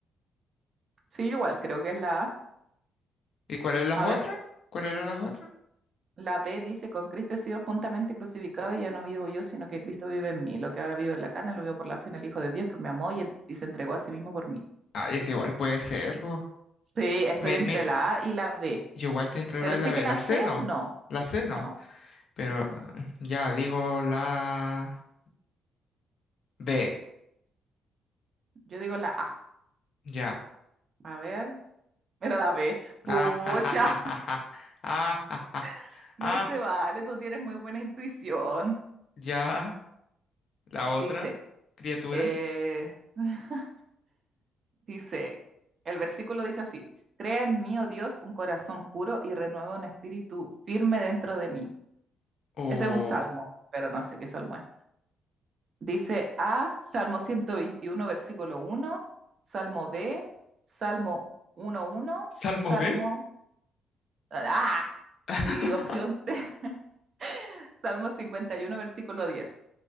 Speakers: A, on the right; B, on the left.
A: sí, yo igual, creo que es la A.
B: ¿Y cuál es las
A: A
B: otras?
A: ver.
B: ¿Cuál eran las otras?
A: La B dice, con Cristo he sido juntamente crucificado y ya no vivo yo, sino que Cristo vive en mí. Lo que ahora vivo en la carne lo vivo por la fe en el Hijo de Dios que me amó y, en- y se entregó a sí mismo por mí.
B: Ah, es igual puede ser, vos.
A: Sí, estoy
B: Me,
A: entre
B: me,
A: la A y la B,
B: yo igual estoy entre
A: pero
B: la A y
A: sí
B: la B.
A: que la
B: La
A: C
B: C no,
A: no,
B: la C no.
A: no,
B: Pero ah, ya digo la B,
A: yo digo la A.
B: ya. <laughs>
A: A ver, <laughs> era la B. Pucha,
B: Ah, ja, ja, ja, ja, ja. Ah, ja, ja.
A: <laughs> no
B: Ah,
A: se vale, tú tienes muy buena intuición.
B: ya. La otra
A: Dice,
B: criatura.
A: eh, <laughs> dice, el versículo dice así, crea en mí, oh Dios, un corazón puro y renueva un espíritu firme dentro de mí.
B: O
A: Ese es un salmo, pero no sé qué salmo es. Dice A, Salmo 121 versículo uno, Salmo B, Salmo uno uno,
B: Salmo
A: Salmo...
B: B.
A: Ah,
B: <laughs>
A: y opción C, <laughs> Salmo 51 versículo 10.